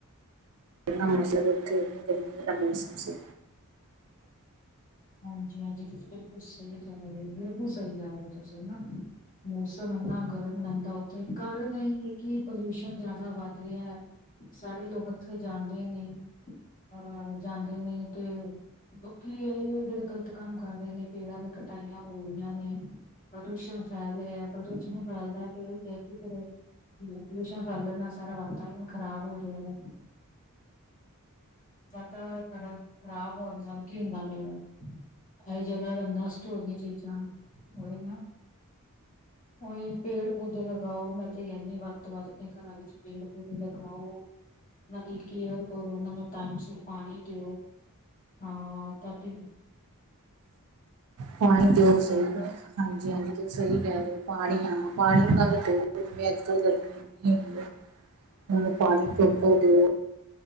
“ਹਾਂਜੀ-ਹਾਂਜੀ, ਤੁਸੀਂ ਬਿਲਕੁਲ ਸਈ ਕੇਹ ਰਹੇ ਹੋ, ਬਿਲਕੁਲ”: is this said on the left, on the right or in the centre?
Left